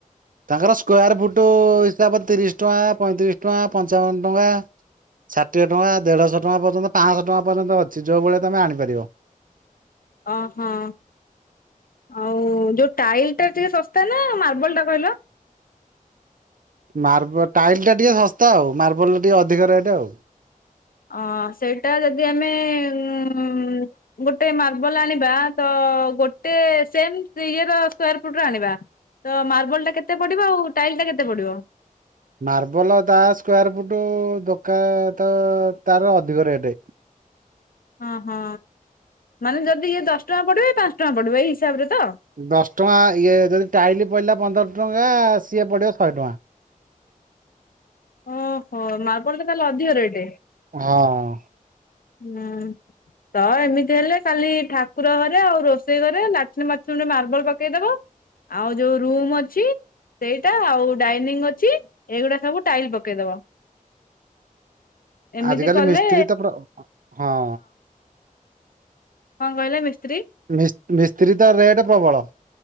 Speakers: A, on the right; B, on the left.
A: ତାଙ୍କର ସ୍କୋୟାର ଫୁଟ ହିସାବ ତିରିଶ ଟଙ୍କା, ପଇଁତିରିଶ ଟଙ୍କା, ପଞ୍ଚାବନ ଟଙ୍କା ଷାଠିଏ ଟଙ୍କା, ଦେଢଶହ ଟଙ୍କା ପର୍ଯ୍ୟନ୍ତ ପାଆଁଶ ଟଙ୍କା ପର୍ଯ୍ୟନ୍ତ ଅଛି ଯୋଉ ଭଳିଆ ତମେ ଆଣିପାରିବ।
B: ଅ ହଁ। ଆଉ ଯୋଉ ଟାଇଲ ଟା ଟିକେ ଶସ୍ତା ନା ମାର୍ବଲ ଟା କହିଲ?
A: ମାର୍ବ- ଟାଇଲ୍ ଟା ଟିକେ ଶସ୍ତା, ଆଉ ମାର୍ବଲ ଟିକେ ଅଧିକ ରେଟ୍ ଆଉ।
B: ଅ ସେଇଟା ଯଦି ଆମେ ଉଁ ଗୋଟେ ମାର୍ବଲ ଆଣିବା ତ ଗୋଟେ ସେମ ଇଏର ସ୍କୋୟାର ଫୁଟର ଆଣିବା ତ ମାର୍ବଲ ଟା କେତେ ପଡିବ ଆଉ ଟାଇଲ ଟା କେତେ ପଡିବ?
A: ମାର୍ବଲ ତା ସ୍କୋୟାର ଫୁଟ ଦୋକାତ ତାର ଅଧିକ ରେଟ୍
B: ହଁ ହଁ ମାନେ ଯଦି ଇଏ ଦଶ ଟଙ୍କା ପଡିବ ପାଞ୍ଚ ଟଙ୍କା ପଡିବ ଏଇ ହିସାବରେ ତ
A: ଦଶ ଟଙ୍କା ଇଏ ଯଦି ଟାଇଲ୍ ପଇଲା ପନ୍ଦର ଟଙ୍କା ସିଏ ପଡ଼ିବ ଶଏ ଟଙ୍କା।
B: ଓହୋ ମାର୍ବଲ ଟା ତାହଲେ ଅଧିକ ରେଟ୍?
A: ହଁ
B: ହୁଁ ତ ଏମିତି ହେଲେ କାଲି ଠାକୁର ଘରେ ଆଉ ରୋଷେଇ ଘରେ ଲାଟିନ୍, ବାଥରୁମରେ ମାର୍ବଲ ପକେଇଦବ ଆଉ ଯୋଉ ରୁମ୍ ଅଛି ସେଇଟା ଆଉ ଡାଇନିଙ୍ଗ ଅଛି ଏଇଗୁଡା ସବୁ ଟାଇଲ ପକେଇଦବ ଏମିତି
A: ଆଜିକାଲି
B: କଲେ
A: ମିସ୍ତ୍ରୀ ତ ପ ହଁ
B: କଣ କହିଲ ମିସ୍ତ୍ରୀ?
A: ମିସ୍ ମିସ୍ତ୍ରୀ ତ ରେଟ୍ ପ୍ରବଳ।